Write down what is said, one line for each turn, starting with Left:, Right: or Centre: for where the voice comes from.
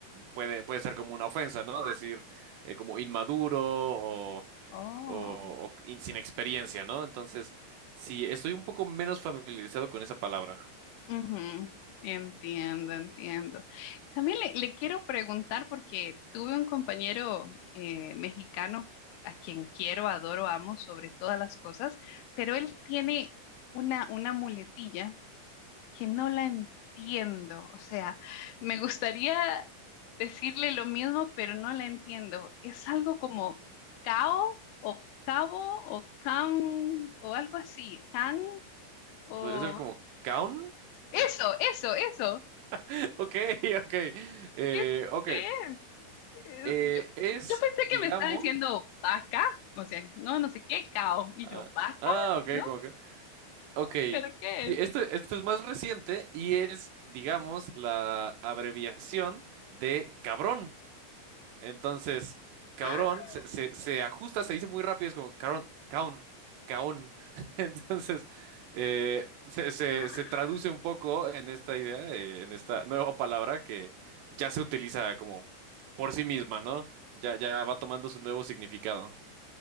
Right: puede, puede ser como una ofensa, ¿no? Decir eh, como inmaduro o,
Left: Oh,
Right: o- o in- sin experiencia, ¿no? Entonces, sí, estoy un poco menos familiarizado con esa palabra.
Left: ujú, Entiendo, entiendo. También le, le quiero preguntar porque tuve un compañero eh, mexicano a quien quiero, adoro, amo sobre todas las cosas, pero él tiene una, una muletilla que no la entiendo. O sea, me gustaría decirle lo mismo, pero no la entiendo. Es algo como cao o cabo o can o algo así. Can o...
Right: ¿Podría ser como caun?
Left: Eso, eso, eso.
Right: <laughs> Ok, ok. Eh,
Left: ¿Qué es?
Right: ok.
Left: ¿Qué es? Eh,
Right: Eh,
Left: Yo,
Right: es,
Left: yo pensé
Right: digamos...
Left: que me estaba diciendo vaca, o sea, no, no sé qué, cao. Y
Right: Ah,
Left: yo, vaca,
Right: ah, ok,
Left: ¿no?
Right: como que... Ok,
Left: ¿Pero qué
Right: sí,
Left: es?
Right: esto, esto es más reciente y es, digamos, la abreviación de cabrón. Entonces, cabrón
Left: Ah,
Right: se, se- se ajusta, se dice muy rápido, es como cabrón, caón, caón. <laughs> Entonces, eh, se, se-
Left: ah.
Right: se traduce un poco en esta idea, eh, en esta nueva palabra que ya se utiliza como por sí misma, ¿no? Ya, ya va tomando su nuevo significado.